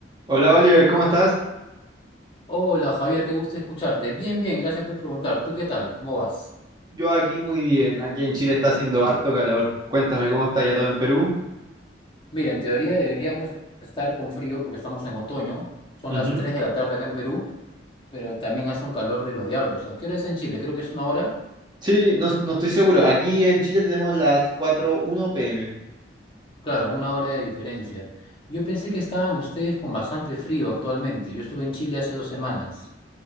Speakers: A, on the right; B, on the left.
A: Hola Oliver, ¿cómo estás?
B: Hola Javier, qué gusto escucharte. Bien, bien, gracias por preguntar. ¿Tú qué tal? ¿Cómo vas?
A: Yo aquí muy bien. Aquí en Chile está haciendo harto calor. Cuéntame cómo está ya todo en Perú.
B: Mira, en teoría deberíamos estar con frío porque estamos en otoño. Son
A: Ujú.
B: las 3 de la tarde acá en Perú, pero también hace un calor de los diablos. ¿A qué hora es en Chile? Creo que es una hora.
A: Sí, no, no estoy seguro. Aquí en Chile tenemos las 4:1 pm.
B: Claro, una hora de diferencia. Yo pensé que estaban ustedes con bastante frío actualmente. Yo estuve en Chile hace dos semanas.